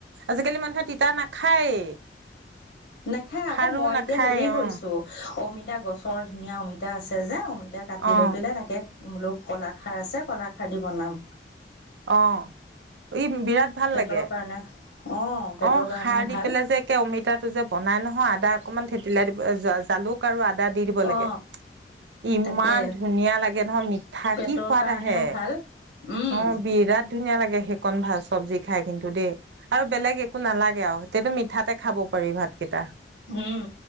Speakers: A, on the right; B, on the left.
A: আজিকালি মানুহে তিতা নাখায়েই।
B: নাখায়েই
A: সাৰো
B: আকৌ মই
A: নাখায়
B: এতিয়া হেৰি কৰিছোঁ
A: অ
B: অমিত এতিয়া গছৰ ধুনীয়া অমিতা আছে যে, অমি এতিয়া কাটি
A: অ
B: লৈ পেলাই তাকে বোলো ক'লাখাৰ আছে, ক'লাখাৰ দি বনাম।
A: অ ই বিৰাট ভাল
B: পেটৰ
A: লাগে,
B: কাৰণে অ পেটৰ
A: অ
B: কাৰণেও
A: খাৰ দি
B: ভাল
A: পেলাই যে একে অমিতাটো যে বনাই নহয় আদা অকনমান থেতিলাই জালুক আৰু আদ দা দি দিব লাগে।
B: অ
A: ইমান
B: তাকে
A: ধুনীয়া লাগে নহয় মিঠা
B: পেটৰ
A: কি সোৱাদ
B: কাৰণেও
A: আহে।
B: ভাল উম
A: অ। বাট ধুনীয়া লাগে সেইকণ ভা চব্জি খাই কিন্তু দেই আৰু বেলেগ একো নালাগে আৰু সেইটো মিঠাতে খাব পাৰি ভাত। কিটা
B: উম